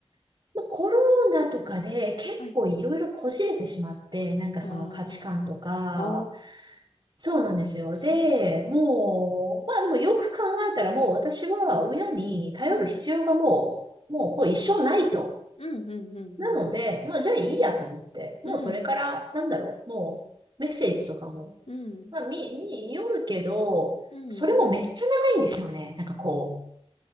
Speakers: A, on the right (about 45°); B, on the left (about 85°).
A: まあ、コロナとかで結構いろいろこじれてしまって、
B: はい。
A: なんかその価値観とか、
B: ああ。ああ、
A: そうなんですよ。
B: そうなんだ。
A: で、もう、まあでもよく考えたらもう私は親に頼る必要がもう、
B: うん。うん。
A: もうこう一生ないと。
B: うん、うん、うん、
A: なので、
B: うん。
A: もうじゃあいいやと思って、もうそれから、
B: うん、うん。
A: なんだろう、もうメッセージとかも、
B: うん
A: まあ見、見、読むけど、
B: うん。
A: それもめっちゃ長いんですよね。なんかこう、